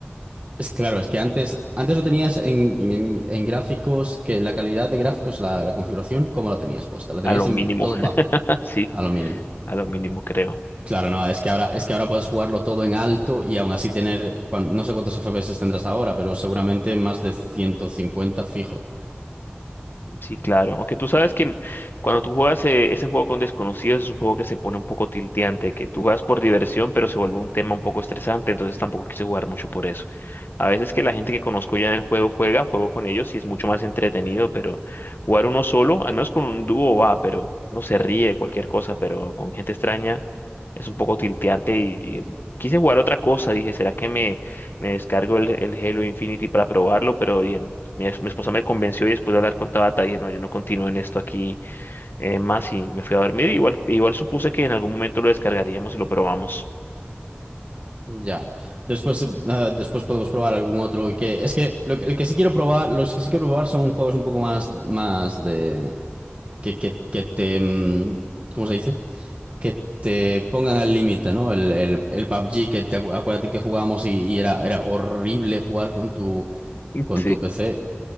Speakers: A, on the right; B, on the left.
A: es que, claro, es que antes, antes lo tenías en, en- en gráficos, que la calidad de gráficos, la, la configuración, ¿cómo la tenías puesta? La tenías
B: a lo
A: en
B: mínimo,
A: todo
B: <laughs>
A: bajo,
B: sí,
A: a lo mínimo.
B: a lo mínimo creo.
A: Claro, no, es que ahora, es que ahora puedes jugarlo todo en alto y aún así tener, cuan- no sé cuántos FPS tendrás ahora, pero seguramente más de 150 fijo.
B: Sí, claro, aunque tú sabes que cuando tú juegas eh, ese juego con desconocidos es un juego que se pone un poco tilteante, que tú juegas por diversión, pero se vuelve un tema un poco estresante, entonces tampoco quise jugar mucho por eso. A veces que la gente que conozco ya en el juego juega, juego con ellos y es mucho más entretenido, pero jugar uno solo, al menos con un dúo va, pero no se ríe, cualquier cosa, pero con gente extraña es un poco tilteante y quise jugar otra cosa, dije, ¿será que me, me descargo el, el Halo Infinity para probarlo? Pero bien, mi, es- mi esposa me convenció y después de hablar con Tabata dije, no, yo no continúo en esto aquí eh, más y me fui a dormir. Igual, igual supuse que en algún momento lo descargaríamos y lo probamos.
A: Ya. Después, eh, después podemos probar algún otro. Y que, es que, lo que- el que sí quiero probar, los que sí quiero probar son juegos un poco más, más de. que, que, que te, mm, ¿cómo se dice? Que te pongan al límite, ¿no? El, el, el PUBG, que te acu- acuérdate que jugábamos y, y era, era horrible jugar con tu,
B: <laughs>
A: con
B: Sí.
A: tu PC